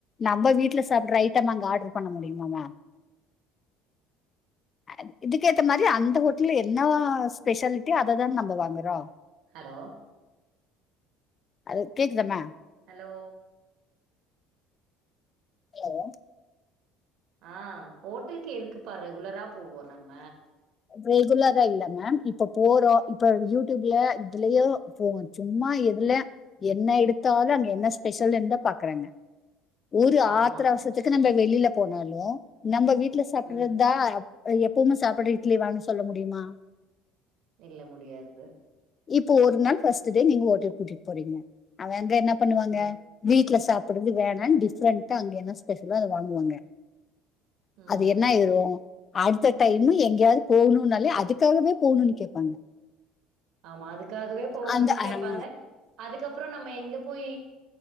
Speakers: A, on the left; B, on the right.
A: நம்ப வீட்டுல சாப்புடுற ஐட்டம் அங்க ஆட்ரு பண்ண முடியுமா மா அது இதுக்கேத்த மாரி அந்த ஹோட்டல என்ன ஸ்பெஷாலிட்டியோ அததான நம்ப வாங்கறோ
B: ஹலோ
A: அது கேக்குதம்மா
B: ஹலோ
A: ஹலோ
B: அ ஓட்டல்க்கு எதுக்குப்பா ரெகுலரா போவோ நம்ம
A: ரெகுலரா இல்ல மேம் இப்போ போறோ இப்ப யூடியூப்ல இதுலயே போகன் சும்மா எதுல என்ன எடுத்தாலு அங்க என்ன ஸ்பெஷல் எந்த பாக்குறாங்க ஒரு
B: ஆமா.
A: ஆத்ர அவசத்துக்கு நம்ம வெளில போனாலு நம்ப வீட்ல சாப்பிடுறதுதா
B: ம்.
A: அ எப்பவுமே சாப்பாடு இட்லி தான்னு சொல்ல முடியுமா
B: இல்ல முடியாது
A: இப்ப ஒரு நாள் ஃபர்ஸ்ட் டே நீங்க ஓட்டலுக் கூட்டிட்டு போறீங்க அவன் அங்க என்ன பண்ணுவாங்க
B: ம்.
A: வீட்ல சாப்பிடுறது வேணா டிஃப்ரண்டா அங்க என்ன ஸ்பெஷலோ அத வாங்குவாங்க
B: ம்.
A: அது என்னயிரு அடுத்த டைம் எங்கயாது போணுனாலே அதுக்காகவே போணு கேப்பாங்க
B: ஆமா அதுக்காகவே போகணுன்
A: அந்த ஆஹ்,
B: கேப்பாங்க அதுக் கப்றோ நம்ம எங்க போய்